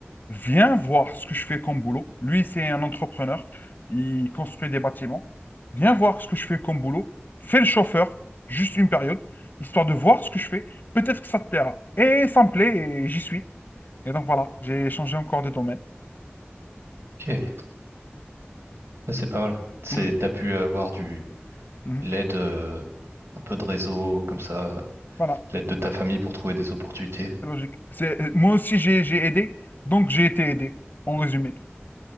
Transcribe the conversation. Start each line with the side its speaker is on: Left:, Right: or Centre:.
Left: viens voir ce que je fais comme boulot. Lui, c'est un entrepreneur. Il construit des bâtiments. Viens voir ce que je fais comme boulot. Fais le chauffeur, juste une période, histoire de voir ce que je fais. Peut-être que ça te plaira. Et ça me plaît et j'y suis. Et donc, voilà, j'ai changé encore de domaine.
Right: Ok, Ça, c'est pas mal. C'est,
Left: Mhm.
Right: t'as pu avoir du
Left: Mhm.
Right: l'aide, euh, un peu de réseau comme ça,
Left: Voilà.
Right: l'aide de ta famille pour trouver des opportunités.
Left: c'est logique. C'est- euh, Moi aussi, j'ai j'ai aidé, donc j'ai été aidé, en résumé.